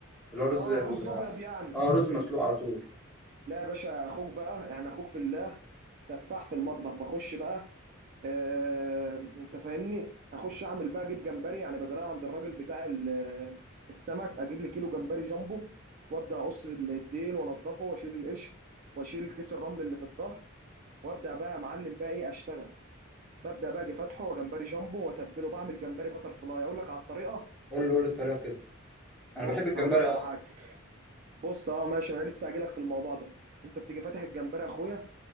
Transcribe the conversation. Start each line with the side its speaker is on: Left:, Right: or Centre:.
Centre: اللي هو رز
Right: اه
Centre: ال...
Right: رز ابيض يعني
Centre: اه رز مسلوق على طول
Right: لا يا باشا اخوك بقى يعني اخوك في الله سفاح في المطبخ بخش بقى آه انت فاهمني اخش اعمل بقى اجيب جمبري يعني بجراها عند الراجل بتاع ال- آه، السمك اجيب لي كيلو جمبري جامبو وابدا اقص الديل وانضفه واشيل القش واشيل كيس الرمل اللي في الظهر وابدا بقى يا معلم بقى ايه اشتغل ببدا بقى اجي فاتحه وجمبري جامبو واتبله بعمل جمبري بتر فلاي اقول لك على الطريقه
Centre: قول له قول لي الطريقه كده انا
Right: بص
Centre: بحب الجمبري
Right: هقول لك
Centre: اصلا
Right: على حاجه بص اه ماشي ما انا لسه هجيلك في الموضوع ده انت بتيجي فاتح الجمبري يا اخويا